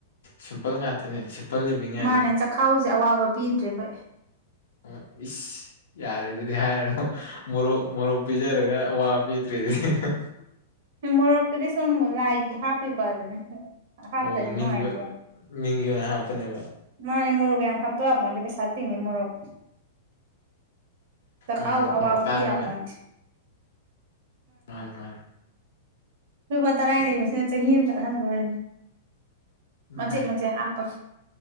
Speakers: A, on the left (about 80°); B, on the right (about 50°).
A: ꯁꯤꯝꯄꯜ ꯉꯥꯛꯇꯅꯦ ꯁꯤꯝꯄꯜ ꯂꯤꯕꯤꯉꯥꯏꯗ
B: ꯃꯥꯅꯦ ꯆꯈꯥꯎꯁꯦ ꯑꯋꯥꯕ ꯄꯤꯗ꯭ꯔꯦ ꯑꯩꯈꯣꯏ
A: ꯑ ꯏꯁ ꯌꯥꯔꯦ ꯑꯗꯨꯗꯤ ꯍꯥꯏꯔꯅꯨ ꯃꯣꯔꯣꯛ ꯃꯣꯔꯣꯛ ꯄꯤꯖꯔꯒ ꯑꯋꯥ ꯄ ꯑꯗꯨ꯭ꯔꯦ <unintelligible>
B: ꯃꯔꯇꯗꯤ ꯁꯪꯃ ꯂꯥꯏꯒꯦ ꯍꯥꯄꯤꯕꯥꯔꯗꯤ ꯍꯥꯞꯇꯗ
A: ꯑꯣ
B: ꯅꯣ
A: ꯃꯤꯡꯒꯤ
B: ꯍꯥꯏꯥꯏꯇ
A: ꯃꯤꯡꯒꯤ ꯑꯣꯏꯅ ꯍꯥꯞꯄꯅꯦꯕ
B: ꯃꯥꯅꯦ ꯃꯔꯒ ꯌꯥꯝ ꯍꯥꯞꯇ ꯍꯥꯕꯄꯗ ꯄꯩꯁꯥꯇꯤꯅꯤ ꯃꯔꯒ ꯇꯥꯎ
A: ꯎꯝ
B: ꯑꯋꯥꯕ
A: ꯃꯣꯔꯣꯛ ꯇꯥꯡꯉ
B: ꯄꯌꯥ ꯄꯟꯁꯤ
A: ꯑ ꯃꯥ
B: ꯂꯨꯄꯥ ꯇꯔꯥꯏ ꯂꯩꯕꯁꯤꯅ ꯆꯍꯤ ꯑꯃ ꯆꯠꯍꯟꯗꯣꯔꯤꯕꯅꯦ ꯃꯆꯦꯠ
A: ꯃꯥꯏ
B: ꯃꯆꯦꯠ ꯍꯥꯞꯄꯒ